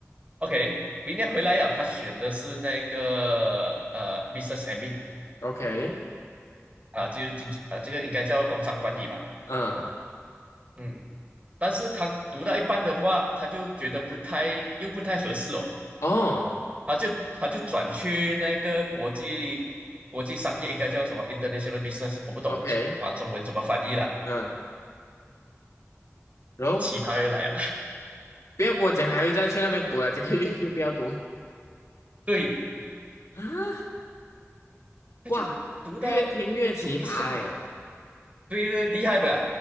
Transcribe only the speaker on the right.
OK，明年回来呀、他选的是那个呃 business admin
啊、就是经济啊、这个应该叫工商管理吧。
嗯，但是他读到一半的话，他就觉得不太又不太合适哦，
他就他就转去那个国际国际商业应该叫什么 international business，我不懂啊，
中文怎么翻译了，
奇葩又来了。
对，
他就读到
读一下，对对，厉害吧？